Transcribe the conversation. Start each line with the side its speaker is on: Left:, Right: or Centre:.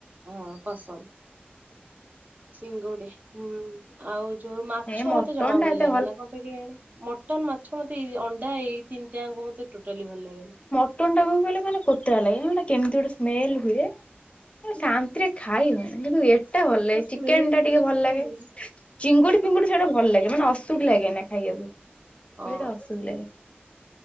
Right: ପସନ୍ଦ। ଶିଙ୍ଗୁଡ଼ି ହୁଁ ହଉ। ଯୋଉ ମାଛ
Left: ଏ ମଟନ
Right: ମତେ ଜମା
Left: ଟା
Right: ଭଲ
Left: ଏତେ
Right: ଲାଗେ ନା। କଣ ପାଇଁ କେଆଣି ମଟନ୍ ମାଛ ମତେ ଏ ଅ ଏଇ ତିନିଟାଙ୍କ ମତେ ଟୋଟାଲି ଭଲ ଲାଗେନା।
Left: ତିନିଟାଙ୍କୁ କହିଲା ମାନେ କୋତରା ଲାଗେ ମାନେ କେମିତି ଗୋଟେ ସ୍ମେଲ ହୁଏ। ଶାନ୍ତିରେ ଖାଇ ହୁଏନି। କିନ୍ତୁ ଏ ସେଟା ଭଲ ଲାଗେ
Right: ତା ସ୍ମେଲ
Left: ଚିକେନ ଟା
Right: କିଛି
Left: ଟିକେ ଭଲ
Right: ଜାଣିନି
Left: ଲାଗେ। ଚିଙ୍ଗୁଡି ଫିଙ୍ଗୁଡି ସେଇଟା ଭଲ ଲାଗେ। ଏ ମାନେ ଅସୁକ ଲାଗେ ନା ଖାଇବାକୁ
Right: ହଁ
Left: ସେଟା ଅସୁଖ ଲାଗେ।